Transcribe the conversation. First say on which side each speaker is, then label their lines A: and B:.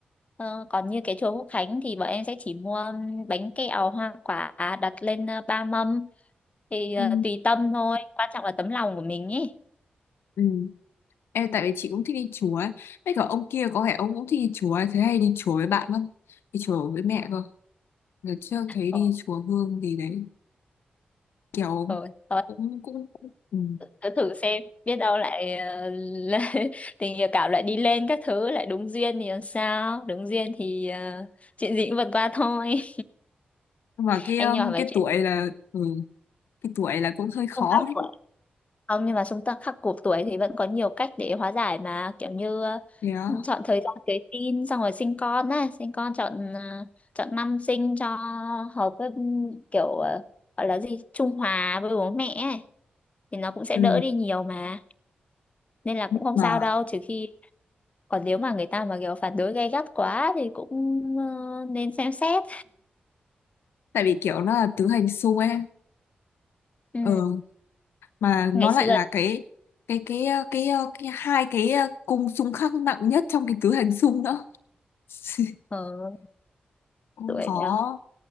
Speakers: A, on the left; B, on the left.
A: Ờ, còn như cái chùa Quốc Khánh thì bọn em sẽ chỉ mua ừm, bánh kẹo hoa quả đặt lên ờ, ba mâm thì ờ,
B: Ừ.
A: tùy tâm thôi, quan trọng là tấm lòng của mình ý.
B: Ừ. Ê, tại vì chị cũng thích đi chùa ấy. Mấy cả ông kia có vẻ ông cũng thích đi chùa ấy. Thế hay đi chùa với bạn không? Đi chùa với mẹ cơ. Đợt trước thấy
A: Ờ,
B: đi chùa Hương gì đấy kiểu
A: ờ, ờ.
B: cũng cũng, cũng ừ.
A: cứ thử xem biết đâu lại ờ, <laughs> là- tình yêu cảm lại đi lên các thứ lại đúng duyên thì làm sao đúng duyên thì ờ, chuyện gì cũng vượt qua thôi
B: Nhưng
A: <laughs>
B: mà cái um,
A: anh nhỏ về
B: cái
A: chuyện
B: tuổi là ừ, cái tuổi là cũng hơi khó
A: xung khắc
B: đấy
A: tuổi không nhưng mà xung khắc khắc cuộc tuổi thì vẫn có nhiều cách để hóa giải mà kiểu như ờ,
B: thế á
A: chọn thời gian cưới tin xong rồi sinh con á sinh con chọn ờ, chọn năm sinh cho hợp với kiểu ờ, gọi là gì trung hòa với bố mẹ ấy. thì nó cũng sẽ
B: ừ.
A: đỡ đi nhiều mà nên là cũng
B: nhưng
A: không
B: mà
A: sao đâu trừ khi còn nếu mà người ta mà kiểu phản đối gay gắt quá thì cũng ờ, nên xem xét
B: tại vì kiểu nó là tứ hành xung ấy
A: ừ.
B: ừ. mà
A: ngày
B: nó
A: xưa
B: lại là cái cái cái cái cái, cái hai cái uh, cung xung khắc nặng nhất trong cái tứ hành xung nữa <laughs>
A: ờ,
B: cũng
A: tuổi
B: khó
A: đó